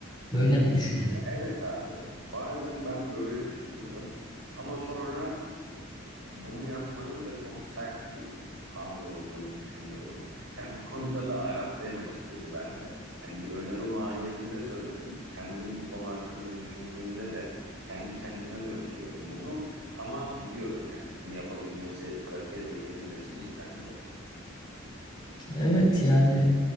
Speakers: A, on the left (about 20°); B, on the right (about 75°).
A: Böyle mi düşünelim?
B: Ya evet abi, bazen ben böyle düşünüyorum ama sonra bunu yapmanın da çok sert bir hamle olduğunu düşünüyorum. <laughs> Ya bu konuda da araftayım açıkçası ben de. Hani bir öneri mahiyetinde söyledim. Kendim bu konu hakkında düşündüğümde de kendi kendime de öneriyorum bunu. Ama biliyorum yani bunu yapabilmesi, pratiğe dökebilmesi cidden zor.
A: Evet yani